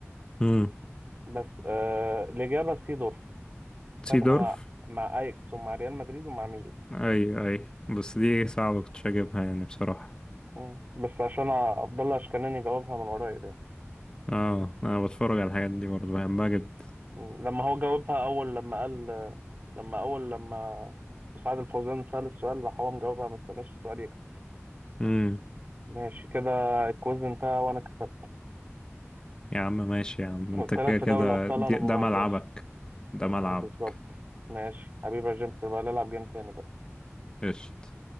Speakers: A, on the left; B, on the right.
A: امم
B: بس آه الاجابه سيدورف
A: سيدورف
B: خدها مع مع اياكس ومع ريال مدريد ومع ميلان
A: أي أي بس دي صعبة كنتش أجيبها يعني بصراحة
B: مم. بس عشان عبد الله اشكناني جاوبها من قريب يعني
A: اه أنا بتفرج على الحاجات دي برضه بحبها جدا
B: مم. لما هو جاوبها اول لما قال لما اول لما مساعد الفوزان سأل السؤال راح هو مجاوبها ما استناش السؤال يكمل
A: امم
B: ماشي كده الكويز انتهى وانا كسبت
A: يا عم ماشي يا عم أنت
B: قلت
A: كده
B: لك في
A: كده
B: دوري الأبطال
A: دي-
B: أنا ما
A: ده
B: بهزرش
A: ملعبك ده ملعبك
B: بالظبط ماشي حبيبي يا جيمس يبقى نلعب جيم تاني بقى
A: قشطة